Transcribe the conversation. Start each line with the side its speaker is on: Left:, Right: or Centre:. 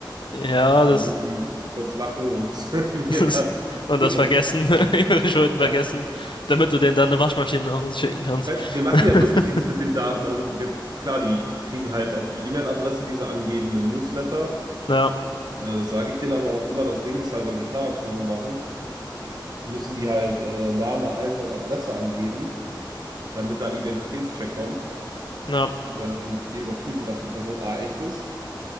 Left: Ja,
Right: damit
Left: das,
Right: die kurz lachen und <laughs> mir
Left: das
Right: dann
Left: und das
Right: ihre
Left: vergessen, <laughs> ihre Schulden vergessen,
Right: Daten. <laughs>
Left: damit du denen dann eine Waschmaschine nach Hause schicken kannst.
Right: Ich meine, wir machen
Left: <laughs>
Right: ja wirklich nichts mit den Daten. Also wir, klar, die kriegen halt auf die E-Mail-Adresse diese angebenden Newsletter.
Left: Ja,
Right: Äh, das sage ich denen aber auch immer. Das Ding ist halt, weil wir Tabakpromo machen, müssen die halt äh, Name, Alter und Adresse angeben, damit dann Identitätscheck kommt.
Left: ja,
Right: äh, und wir überprüfen, dass die Person A echt ist,